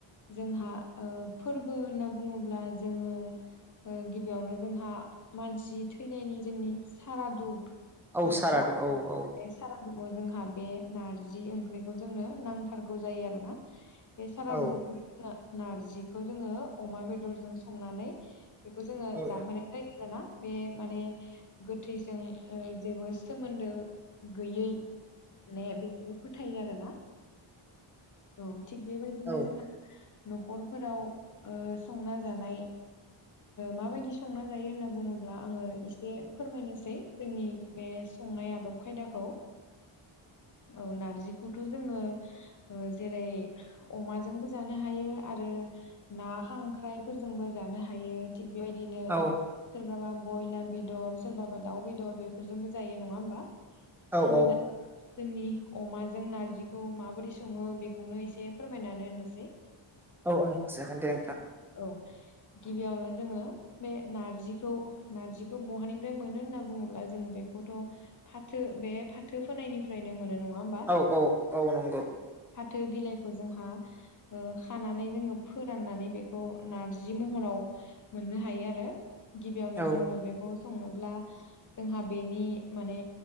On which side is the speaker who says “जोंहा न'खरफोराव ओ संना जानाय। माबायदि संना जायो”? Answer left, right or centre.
Left